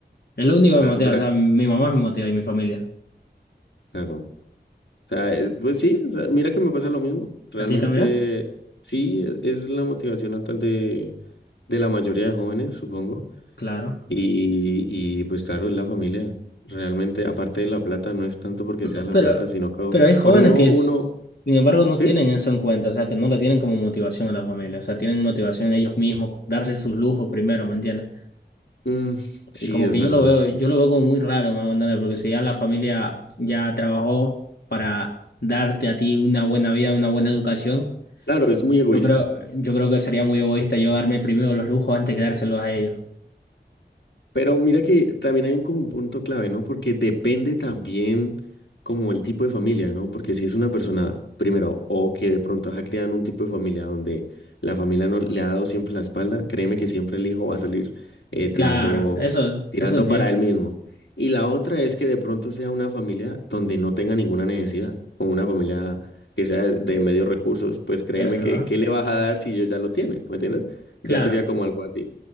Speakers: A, on the left; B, on the left.
A: Es lo único
B: Claro,
A: que me motiva,
B: mira,
A: o sea, mi mamá me motiva y mi familia.
B: claro. O sea, eh, pues sí, o sea, mira que me pasa lo mismo. Realmente
A: ¿A ti también?
B: sí, e- es la motivación actual de, de la mayoría de jóvenes, supongo.
A: Claro.
B: Y, y pues claro, es la familia. Realmente, aparte de la plata, no es tanto porque
A: No,
B: sea la
A: Pero,
B: plata, sino que
A: pero hay jóvenes
B: por uno,
A: que,
B: uno,
A: s- sin embargo, no
B: ¿sí?
A: tienen eso en cuenta, o sea, que no la tienen como motivación a la familia, o sea, tienen motivación en ellos mismos, darse sus lujos primero, ¿me entiendes?
B: Mm, sí,
A: Y como
B: es
A: que
B: verdad.
A: yo lo veo, yo lo veo como muy raro, me hago entender, porque si ya la familia ya trabajó para darte a ti una buena vida, una buena educación,
B: Claro, es muy egoísta.
A: yo creo, yo creo que sería muy egoísta yo darme primero los lujos antes que dárselos a ellos.
B: Pero mira que también hay un, como un punto clave, ¿no? Porque depende también como el tipo de familia, ¿no? Porque si es una persona, primero, o que de pronto ha criado en un tipo de familia donde la familia no le ha dado siempre la espalda, créeme que siempre el hijo va a salir eh, tirando,
A: Claro, eso,
B: tirando
A: eso entiendo,
B: para él mismo. Y la otra es que de pronto sea una familia donde no tenga ninguna necesidad, como una familia que sea de, de medios recursos, pues créeme
A: es verdad.
B: que ¿qué le vas a dar si ellos ya lo tienen? ¿Me entiendes?
A: Claro.
B: Ya sería como algo así.